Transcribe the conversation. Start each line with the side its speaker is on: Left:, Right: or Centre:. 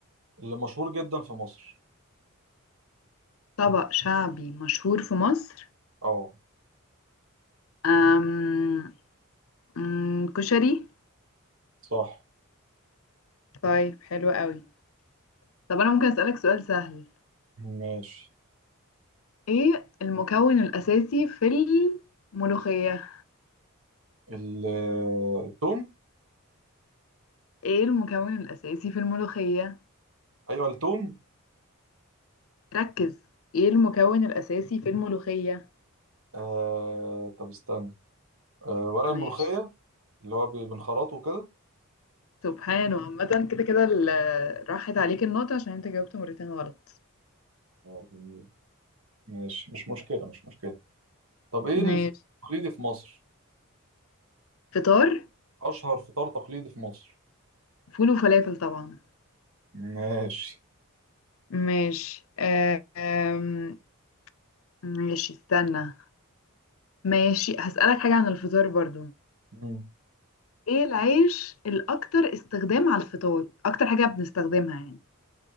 Right: اللي مشهور جدا في مصر
Left: طبق شعبي مشهور في مصر
Right: اه
Left: أم... أم... كشري
Right: صح
Left: طيب حلو قوي طب انا ممكن اسالك سؤال سهل
Right: ماشي
Left: ايه المكون الاساسي في الملوخية
Right: ال- التوم
Left: ايه المكون الاساسي في الملوخية
Right: ايوه التوم
Left: ركز ايه المكون الاساسي في الملوخية
Right: آه طب استنى آه ورق الملوخيه
Left: ماشي
Right: اللي هو بي- بنخرطه كده
Left: سبحانه عامة كده كده ال- راحت عليك النقطة عشان انت جاوبت مرتين غلط
Right: آه، جميل. ماشي مش مشكله مش مشكله طب ايه
Left: ماشي
Right: الفطار التقليدي في مصر
Left: فطار
Right: أشهر فطار تقليدي في مصر
Left: فول وفلافل طبعا
Right: ماشي
Left: ماشي آه، آم، ماشي استنى ماشي هسألك حاجة عن الفطار برضو
Right: مم.
Left: ايه العيش الأكتر استخدام على الفطار أكتر حاجة بنستخدمها يعني